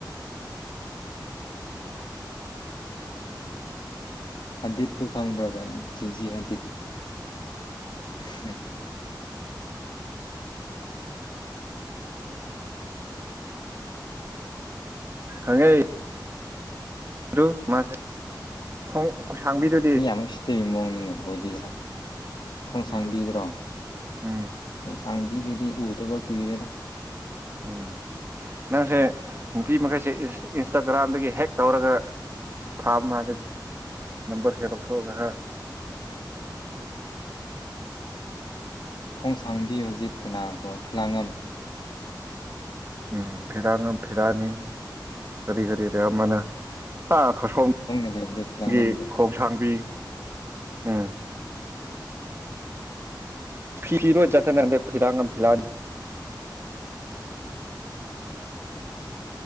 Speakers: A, on the left; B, on the right.
A: ꯍꯟꯗꯤꯠ ꯇꯨ ꯈꯡꯕ꯭ꯔꯕ ꯚꯥꯏ ꯖꯤꯖꯤ ꯍꯟꯗꯤꯠ ꯍꯨꯝ
B: ꯈꯪꯉꯦ ꯑꯗꯨ ꯃꯥꯁꯦ ꯈꯣꯡ ꯈꯨꯁꯥꯡꯕꯤꯗꯨꯗꯤ
A: ꯃꯤ ꯌꯥꯝ ꯎꯁꯤꯠꯇꯕ ꯃꯑꯣꯡꯅꯤꯅꯦ ꯕꯣꯗꯤ ꯈꯣꯡꯁꯥꯡꯕꯤꯗꯨꯔꯣ
B: ꯎꯝ ꯎꯝ
A: ꯁꯥꯡꯕꯤꯗꯨꯗꯤ ꯎꯗꯕ ꯀꯨꯏꯔꯦꯗ
B: ꯎꯝ ꯅꯪꯁꯦ ꯅꯨꯄꯤ ꯃꯈꯩꯁꯦ ꯏꯟꯁꯇꯥꯒ꯭ꯔꯥꯝꯗꯒꯤ ꯍꯦꯛ ꯇꯧꯔꯒ ꯊꯥ ꯃꯥꯗ ꯅꯝꯕꯔꯁꯦ ꯂꯧꯊꯣꯛꯑꯒ ꯍꯥ
A: ꯈꯣꯡꯁꯥꯡꯕꯤ ꯍꯧꯖꯤꯛ ꯀꯅꯥꯒ ꯐꯤꯂꯥꯡꯉꯝ
B: ꯎꯝ ꯐꯤꯔꯥꯉꯝ ꯐꯤꯔꯥꯅꯤꯝ ꯀꯔꯤ ꯀꯔꯤ ꯀ ꯑꯃꯅ ꯈꯁꯣꯝꯒꯤ
A: ꯂꯩꯕꯗꯣ ꯀꯤꯂꯥ ꯉꯝꯗꯣ
B: ꯈꯣꯡꯁꯥꯡꯕꯤ ꯎꯝ <unintelligible> ꯐꯤꯂꯥꯟ